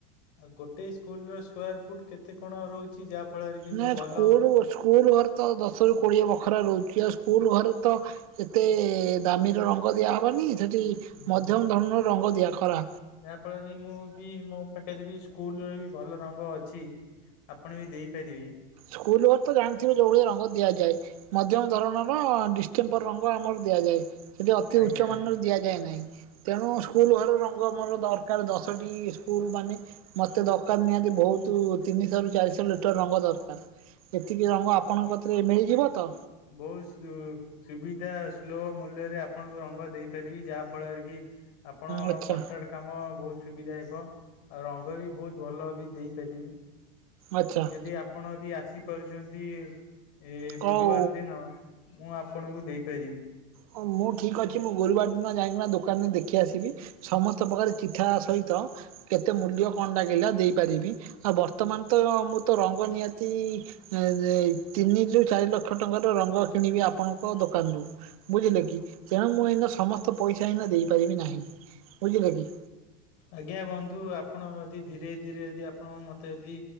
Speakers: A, on the left; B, on the right.
A: ଆଉ ଗୋଟେ ସ୍କୁଲୁ ର ସ୍କ୍ୟାର ଫୁଟୁ କେତେ କଣ ରହୁଚି ଯାହା ଫଳରେ କି
B: ନା
A: ମୁଁ ଭଲ
B: ସ୍କୁଲୁ ସ୍କୁଲୁ ଘରେ ତ ଦଶରୁ କୋଡ଼ିଏ ବଖରା ରହୁଚି ଆଉ ସ୍କୁଲ ଘରେ ତ ଏତେ ଦାମୀର ରଙ୍ଗ ଦିଆ ହବନି ସେଠି
A: ହୁଁ
B: ମଧ୍ୟମ ଧରଣର ରଙ୍ଗ ଦିଆ ଖରା।
A: ଯାହା ଫଳରେ ମୁଁ ବି ମୋ ପାଖରେ ବି ସ୍କୁଲୁରେ ବି ଭଲ ରଙ୍ଗ ଅଛି। ଆପଣ ବି ଦେଇପାରିବେ।
B: ସ୍କୁଲୁ ଘରେ ତ ଜାଣିଥିବୁ ଯୋଉଭଳିଆ ରଙ୍ଗ ଦିଆଯାଏ। ମଧ୍ୟମ ଧରଣର ଡିମ୍ପର ରଙ୍ଗ ଆମର ଦିଆଯାଏ ସେଠି ଅତି
A: ଆଜ୍ଞା।
B: ଉଚ୍ଚ ମାନ ଦିଆଯାଏ ନାହିଁ ତେଣୁ ସ୍କୁଲୁ ଘର ରଙ୍ଗ ମୋର ଦରକାର ଦଶଟି ସ୍କୁଲ ମାନେ ମତେ ଦରକାର ନିହାତି ବହୁତୁ ତୁ ତିନିଶହ ର ଚାରିଶହ ଲିଟର ରଙ୍ଗ ଦରକାର ଏତିକି ରଙ୍ଗ ଆପଣଙ୍କ ଥିରେ ମିଳିଯିବ ତ?
A: ବହୁ ସ୍ଲୋ ସୁବିଧା ସୁଲଭ ମୂଲ୍ୟରେ ଆପଣଙ୍କୁ ରଙ୍ଗ ଦେଇପାରିବି ଯାହା ଫଳରେ କି ଆପଣ
B: ଆଚ୍ଛା
A: କଣ୍ଟ୍ରାକ୍ଟ କାମ ବହୁତୁ ସୁବିଧା ହେବ ଆଉ ରଙ୍ଗ ବି ବହୁତୁ ଭଲ ବି ଦେଇପାରିବି।
B: ଆଚ୍ଛା।
A: ଯଦି ଆପଣ ଯଦି ଆସି ପାରୁଚନ୍ତି ଏ
B: କଉ
A: ବୁଧୁବାର ଦିନ ମୁଁ ଆପଣଙ୍କୁ ଦେଇପାରିବି।
B: ହଁ ମୁଁ ଠିକ୍ ଅଛି ମୁଁ ଗୁରୁବାର ଦିନ ଯାଇକିନା ଦୋକାନରେ ଦେଖି ଆସିବି। ସମସ୍ତ ପ୍ରକାର ଚିଠା ସହିତ କେତେ ମୂଲ୍ୟ କଣ ଲାଗିଲା ଦେଇପାରିବି ଆଉ ବର୍ତ୍ତମାନ ତ ମୁଁ ତ ରଙ୍ଗ ନିହାତି ଏ ତିନି ରୁ ଚାରି ଲକ୍ଷ ଟଙ୍କାର ରଙ୍ଗ କିଣିବି ଆପଣଙ୍କ ଦୋକାନରୁୁ। ବୁଝିଲେ କି ତେଣୁ ମୁଁ ଏଇନା ସମସ୍ତ ପଇସା ଏଇନା ଦେଇ ପାରିବି ନାହିଁ ବୁଝିଲେ କି?
A: ଆଜ୍ଞା ବନ୍ଧୁ ଆପଣ ଯଦି ଧୀରେ ଧୀରେ ଯଦି ଆପଣ ମୋତେ ଯଦି